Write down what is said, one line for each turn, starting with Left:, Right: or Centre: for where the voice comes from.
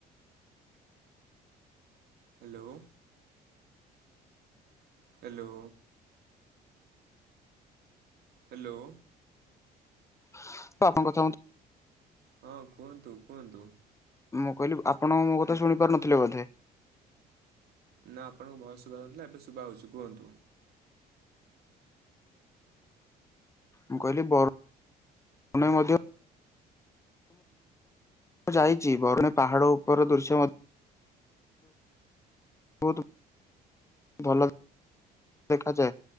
Right: ହ୍ୟାଲୋ। ହ୍ୟାଲୋ। ହ୍ୟାଲୋ।
Left: ଆପଣଙ୍କ କଥା ମତେ
Right: ହଁ କୁହନ୍ତୁ କୁହନ୍ତୁ।
Left: ମୁଁ କହିଲି ଆପଣଙ୍କ ମୋ କଥା ଶୁଣି ପାରୁନଥିଲେ ବୋଧେ?
Right: ନା ଆପଣଙ୍କ ଭଏସ୍ ଶୁଭା ଯାଉନଥିଲା ଏବେ ଶୁଭା ହଯାଉଚି କୁହନ୍ତୁ।
Left: ମୁଁ କହିଲି ବ ରୁଣେଇ ମଧ୍ୟ ଯାଇଚି। ବରୁଣେଇ ପାହାଡ ଉପର ଦୃଶ୍ୟ ମଧ୍ୟ ବହୁତ୍ ଭଲ ଦେଖାଯାଏ।